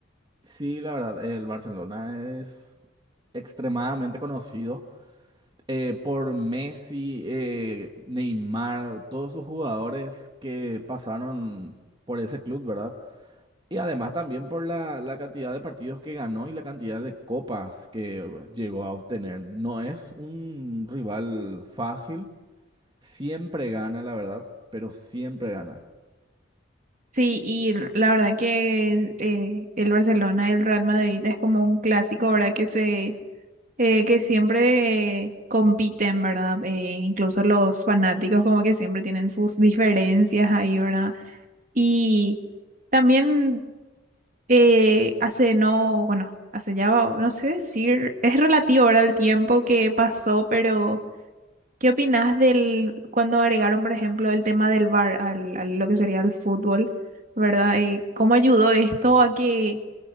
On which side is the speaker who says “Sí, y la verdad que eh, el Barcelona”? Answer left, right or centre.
Right